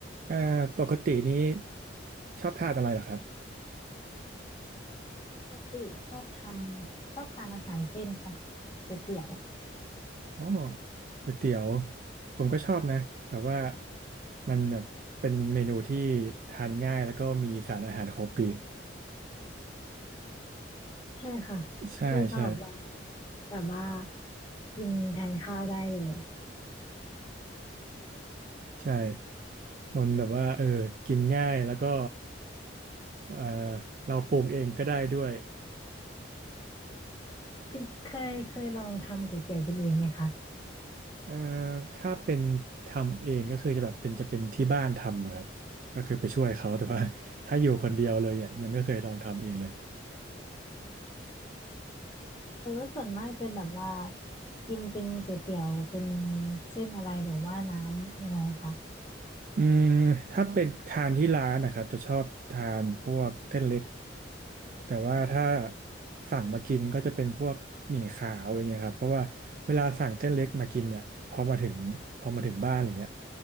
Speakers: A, on the right; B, on the left.
A: เอ่อปกตินี้ชอบทานอะไรเหรอครับ
B: ปกติชอบทำชอบทานอาหารเส้นค่ะก๋วยเตี๋ยว
A: อ๋อก๋วยเตี๋ยวผมก็ชอบนะแบบว่ามันแบบเป็นเมนูที่ทานง่ายแล้วก็มีสารอาหารครบปี
B: ใช่ค่ะคือสำหรับเราอะ
A: ใช่ใช่
B: แบบว่ากินแทนข้าวได้เลย
A: ใช่มันแบบว่าเออกินง่ายแล้วก็เออเราปรุงเองก็ได้ด้วย
B: ที่เคยเคยลองทำก๋วยเตี๋ยวกินเองไหมคะ
A: เอ่อถ้าเป็นทำเองก็คือจะแบบเป็นจะเป็นที่บ้านทำอะครับก็คือไปช่วยเขาแต่ว่าถ้าอยู่คนเดียวเลยเนี่ยยังไม่เคยลองทำเองเลย
B: แต่ว่าส่วนมากจะแบบว่ากินเป็นก๋วยเตี๋ยวเป็นเส้นอะไรหรือว่าน้ำยังไงคะ
A: อืมถ้าเป็นทานที่ร้านนะครับจะชอบทานพวกเส้นเล็กแต่ว่าถ้าสั่งมากินก็จะเป็นพวกหมี่ขาวอย่างเงี้ยครับเพราะว่าเวลาสั่งเส้นเล็กมากินเนี่ยพอมาถึงพอมาถึงบ้านอย่างเงี้ย